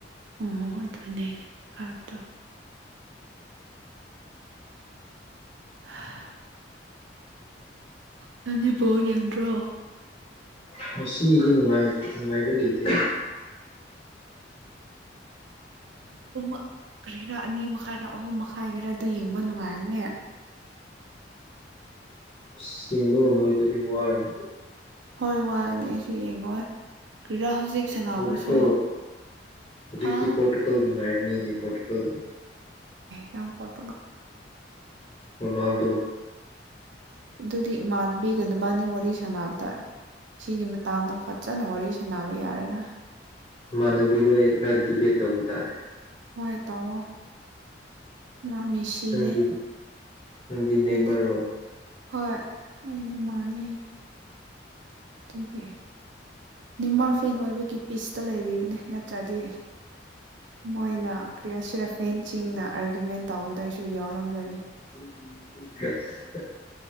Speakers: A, on the right; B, on the left.
A: ꯑꯣ ꯑꯗꯨꯅꯦ ꯍꯥꯏꯕꯗ <unintelligible> ꯅꯅꯤꯕꯣ ꯌꯦꯟ꯭ꯔꯣ
B: ꯉꯒꯤꯗꯤ ꯅꯨꯡꯉꯥꯏꯕ ꯂꯩꯇꯦ
A: ꯄꯨꯡꯔꯥ ꯑꯅꯤ ꯃꯈꯥꯏꯗꯔ ꯑꯍꯨꯝ ꯃꯈꯥꯏꯘꯔꯥ ꯑꯗꯨ ꯌꯦꯡꯕ ꯅꯨꯡꯉꯥꯏꯒꯅꯦ
B: ꯆꯤꯡꯕ ꯉꯝꯃꯣꯏ ꯑꯗꯨꯗꯤ ꯋꯥꯔꯅꯤ
A: ꯍꯣꯏ ꯋꯥꯅꯤ ꯑꯩꯁꯨ ꯌꯦꯡꯉꯣꯏ ꯀꯔꯤꯔꯥ ꯍꯧꯖꯤꯛ ꯁꯥꯟꯅꯕꯁꯨ
B: ꯄꯣꯔꯇꯨꯒꯣ ꯍꯧꯖꯤꯛꯀꯤ
A: ꯍꯥ
B: ꯄꯣꯣꯔꯇꯨꯒꯜꯥꯏꯅꯤꯗꯤ ꯄꯣꯣꯔꯇꯨꯒꯜ
A: ꯅꯝꯄꯨꯔ
B: ꯔꯣꯅꯥꯜꯗꯣ
A: ꯏꯗꯨꯗꯤ ꯏꯃꯥꯟꯕꯤꯒꯟꯕꯥꯅꯤ ꯋꯥꯔꯤꯔꯤ ꯁꯥꯟꯅꯕꯗ ꯁꯤꯒꯤ ꯃꯇꯥꯡꯗ ꯐꯖꯅ ꯋꯥꯔꯤ ꯁꯥꯟꯅꯕ ꯌꯥꯔꯦꯅ
B: ꯏꯃꯥꯟꯅꯕꯤꯗꯣ ꯑꯩ ꯈꯔ ꯗꯤꯕꯦꯠ ꯇꯧꯕ ꯇꯥꯔꯦ
A: ꯍꯣꯏ ꯇꯥꯛꯑꯣꯣ ꯃꯥꯝꯃꯤ ꯁꯤꯅꯦ
B: ꯅꯪꯗꯤ ꯅꯪꯗꯤ
A: ꯑꯩꯗꯤ
B: ꯅꯦꯃꯔꯔꯣ
A: ꯍꯣꯏ ꯑꯩꯗꯤ ꯃꯥꯅ ꯑꯗꯨꯒꯤ ꯅꯤꯃꯥꯔ ꯐꯦꯟ ꯑꯣꯏꯕꯒꯤ ꯄꯤꯁꯇ ꯂꯩꯔꯤꯕꯅꯦ ꯅꯠꯇ꯭ꯔꯗꯤ
B: ꯎꯝ
A: ꯃꯣꯏꯅ ꯀ꯭ꯔꯤꯌꯥꯁꯤꯔꯐꯦꯟꯁꯤꯡꯅ ꯑꯥꯔꯒꯌꯨꯃꯦꯟ ꯇꯧꯕꯗ ꯑꯩꯁꯨ ꯌꯥꯎꯔꯝꯗꯣꯏꯅꯤ
B: <unintelligible>